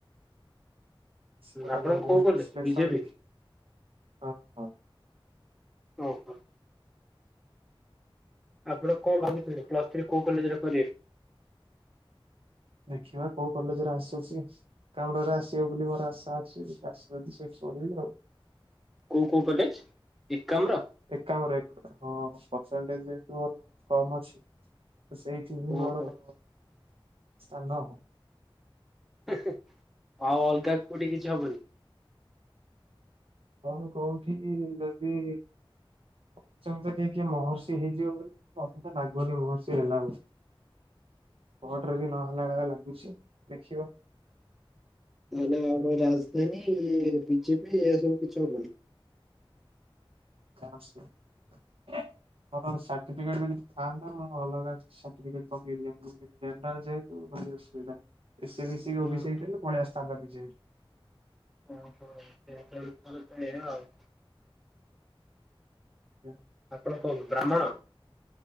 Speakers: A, on the right (about 80°); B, in the centre.
A: <inaudible>
B: ଆପଣ କୋଉ କଲେଜ ବିଜେପି ଓହୋ ଆପଣ ଭାବିଥିଲେ ପ୍ଲସ୍‌ଥ୍ରୀ କଉ କଲେଜେ ରେ କରିବେ?
A: ଦେଖିବା କଉ କଲେଜେ ରେ ଆସୁଚି। କାମଡ଼ରେ ଆସିବ ବୋଲି ମୋର ଆଶା ଅଛି କିି ଆସିବ ସେଇଠି କରିବି ଆଉ।
B: କୋଉ କୋଉ କଲେଜ ଏକାମ୍ର
A: ଏକାମ୍ରରେ ହଁ ପରସେଣ୍ଟେଜ <unintelligible> ମୋର ବହୁ କମ ଅଛି। ସେଇଠି ହିଁ
B: ଓହୋ
A: ଘର ମୋର ସ୍ଥାନ।
B: ହୁଁ ଆଉ ଅଲଗା କୋଉଠି କିଛି ହବନି?
A: କହୁନ କଉଠି ଯଦି କହୁଛନ୍ତି କିଏ କିଏ ମହର୍ଷି ହେଇଯିବ ବୋଲି ମତେ ତ ନାଗୁନି ମହର୍ଷି ହେଲା ବୋଲି। କଟରେ ବି ନହେଲା ଭଳିଆ ଲାଗୁଛି ଦେଖିବା।
B: <unintelligible> ରାଜଧାନୀ ବି ଜେ ପି ଏରା ସବୁ କିଛି ହବନି।
A: <unintelligible> ମୋର ସାର୍ଟିଫିକେଟ ବି ଯଦି ଥାନ୍ତା ମୁଁ ଅଲଗା ସାର୍ଟିଫିକେଟ ପକେଇ ଦିଅନ୍ତି। <unintelligible> ଜେନେରାଲ ଯେହେତୁ ଭାରି ଅସୁବିଧା ଏ ସି ବି ସି
B: ଆଉ
A: ଓ ବି ଶି ହେଇଥିଲେ ପଳେଇ ଆସିଥାନ୍ତା ବି ଜେ
B: <unintelligible>
A: ଜ୍ଞା
B: ଆପଣ କଣ ବ୍ରାହ୍ମଣ?